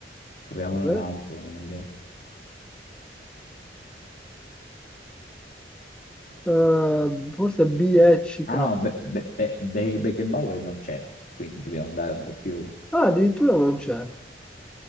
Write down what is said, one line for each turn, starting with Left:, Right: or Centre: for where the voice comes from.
Left: Proviamone
Centre: Vabbè.
Left: un altro, non ho idea.
Centre: Eh, forse BECK.
Left: Ah no, Be- Be- Be- Be- Beckenbauer non c'è, quindi dobbiamo andare un po' più...
Centre: Ah, addirittura non c'è.